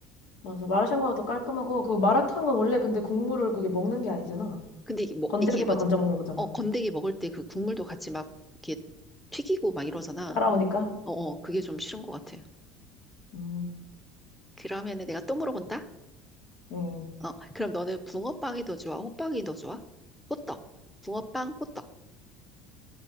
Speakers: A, on the left (about 70°); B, in the centre.
A: 맞아. 마라샹궈가 더 깔끔하고 그 마라탕은 원래 근데 국물을 그게 먹는 게 아니잖아.
B: 근데 이게 뭐
A: 건더기만
B: 이게 뭐지?
A: 건져 먹는 거잖아.
B: 어 건더기 먹을 때 그 국물도 같이 막 이렇게 튀기고 막 이러잖아.
A: 따라오니까.
B: 어, 어 그게 좀 싫은 것 같아.
A: 음.
B: 그러면은 내가 또 물어본다.
A: 음.
B: 어 그럼 너는 붕어빵이 더 좋아? 호빵이 더 좋아? 호떡. 붕어빵, 호떡.